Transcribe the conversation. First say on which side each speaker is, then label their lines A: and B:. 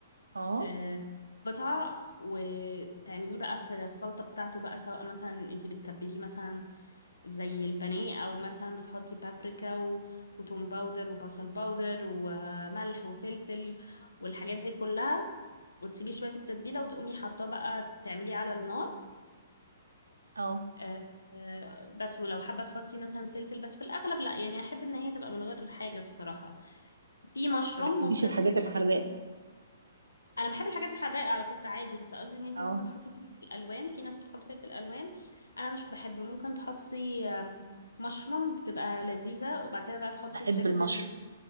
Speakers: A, on the right; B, on the left.
A: اه
B: آه، قطع وتعمليه بقى في الخلطة بتاعته بقى سواء مثلا انتي بتتبليه مثلا زي البانيه او مثلا بتحطي بابريكا و... وتوم باودر وبصل باودر وملح وفلفل والحاجات دي كلها وتسيبيه شويه في التتبيله وتقومي حاطاه بقى تعمليه على النار
A: اه
B: آه، آه، بس ولو حابه تحطي مثلا فلفل بس في الاغلب لا يعني احب ان هي تبقى من غير حاجه الصراحه في مشروم
A: ما بتحبيش
B: ممكن
A: الحاجات الحراقة
B: <laughs> انا بحب الحاجات الحراقه على فكره عادي بس قصدي ان انتي
A: اه
B: ممكن تحطي فلفل الوان في ناس بتحط فلفل الوان انا مش بحب ممكن تحطي آه، مشروم بتبقى لذيذه وبعد كده بقى تحطي
A: بحب
B: كريمه
A: المشروم
B: ال...